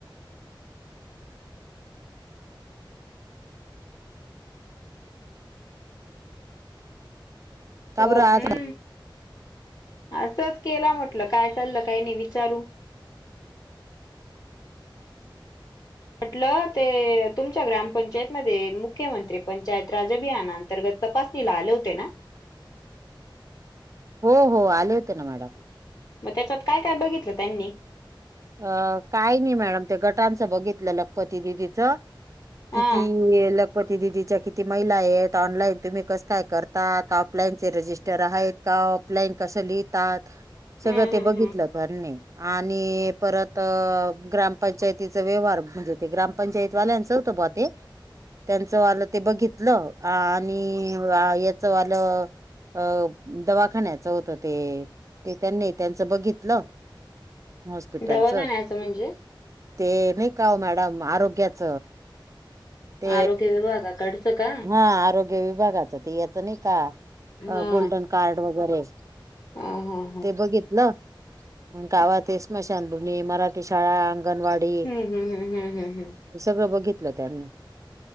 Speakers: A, on the left; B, on the right.
A: ह <inaudible>
B: का
A: हो
B: बरं आज
A: हम् असंच केला म्हटलं काय चाललं काही नाही विचारू ह <inaudible> म्हटल ते तुमच्या ग्रामपंचायत मध्ये मुख्यमंत्री पंचायत राज अभियाना अंतर्गत तपास नीला आले होते ना
B: हो हो आले होते ना मॅडम.
A: मग त्याच्यात काय काय बघितलं त्यांनी.
B: अ काही नाही मॅडम ते गटांचं बघितलं लखपती दिदीचं. किती
A: हा
B: ल पती दिदीच्या किती महिला आहेत. ऑनलाईन तुम्ही कस काय करताात. ऑफलाईन चे रजिस्टर आहेत का? क ऑफलाईन कसं लिहतात
A: हम्म
B: सगळ ते
A: हम्म
B: बघीतलं
A: हम्म
B: पण आणी परत ग्रामपंचायतीचा व्यवहार म्हणजे ते ग्रामपंचायती वाल्यांचं होत पहा ते त्यांचं वालं ते बघितलं आणि याच वालं अ दवाखान्याच होत ते ते त्यांनी त्यांचं बघितलं. हॉस्पिटलचं
A: दवाखान्याच म्हणजे
B: ते नाही. का हो, मॅडम आरोग्याच ते
A: आरोग्य विभागाकडचं का
B: हा आरोग्य विभागाचं ते याचं नाही का,
A: हा
B: अ गोल्डन कार्ड वगैरे
A: हा हा हा
B: ते बघितल अ कावा ते स्मशानभूमनी मराठी शाळा अंगनवाडी
A: हम्म हम्म हम्म हम्म हम्म हम्म
B: हे सगळं बघितलं त्यांनी